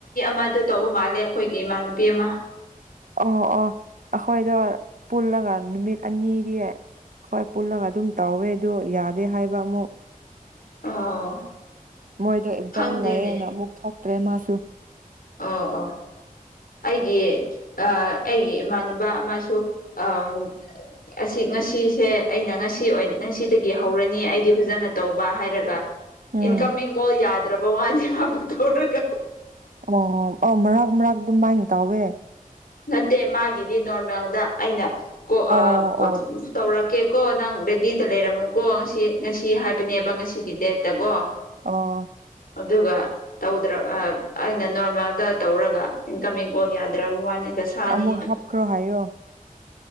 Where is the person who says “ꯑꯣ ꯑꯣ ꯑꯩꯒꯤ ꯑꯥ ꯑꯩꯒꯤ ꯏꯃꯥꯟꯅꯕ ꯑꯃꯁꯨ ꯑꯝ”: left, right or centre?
Left